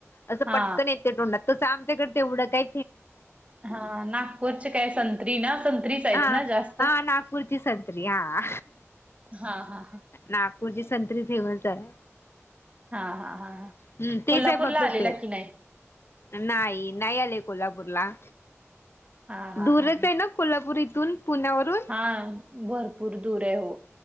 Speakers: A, on the left; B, on the right.
A: असं
B: हा
A: पटकन येते तोंडात तसं आमच्याकडे तेवढं काय.
B: हा नागपूरचे काय संत्री संत्री ना संत्रीच आहे
A: हा
B: ना जास्त
A: हा नागपूरची संत्री हा
B: हा हा.
A: नागपूरची संत्री फेमस आहे.
B: हा हा हा
A: हम्म तेच
B: कोल्हापूरला
A: आहे फक्त
B: आलेला
A: ते
B: की नाही.
A: नाही नाही आले कोल्हापूरला
B: हा हा
A: दूरच
B: हा हा
A: आहे ना. कोल्हापूर इथून पुण्यावरून
B: हा भरपूर दूर आहे हो.